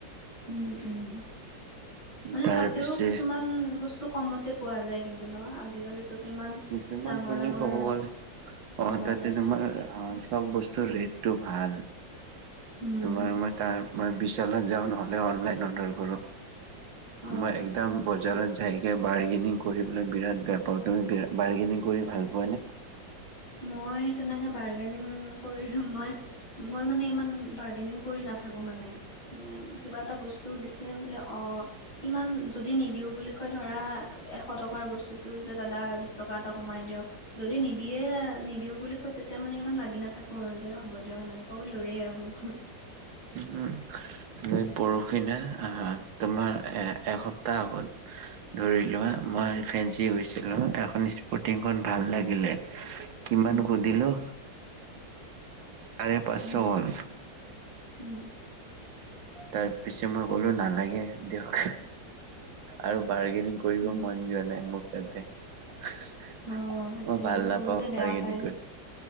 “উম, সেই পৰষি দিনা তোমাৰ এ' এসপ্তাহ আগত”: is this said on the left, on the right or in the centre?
Right